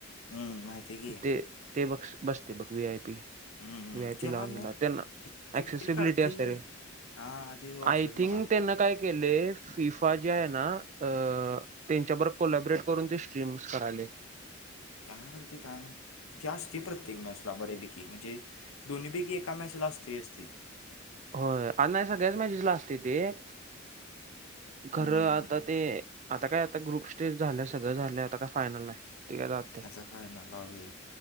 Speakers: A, on the left; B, on the right.
A: हं माहिती हायं की.
B: ते ते बघ बश बसते बघ V I P
A: hmm, hmm.
B: V I
A: त्याला
B: P लॉन्च
A: मग
B: ला त्यांना
A: ती- तिकीट
B: एक्सेसिबिलिटी
A: काढते
B: असतीया काय
A: हां ते वाटलंच
B: आय थिंक
A: मला
B: त्यांना काय. गेले फिफा जे आहे ना अ त्यांच्याबरोर कोलॅबरेट करून ते स्ट्रीम्स करालेऽ
A: का करती काय माहीत, ती अस ती प्रत्येक मॅचला बरेपैकी म्हणजेऽ दोन्हीैपैकी एका मॅचला असतयच ती.
B: होय, नाही सगळ्याच मॅचेसला असतय ते,
A: हम्म,
B: खरं आता
A: हम्म.
B: तेऽ आता काय, आता ग्रुप स्टेज झालं सगळं झालं, आता का फायनल आहे, तेय जात तेऽ
A: आता फायनल ला वय,,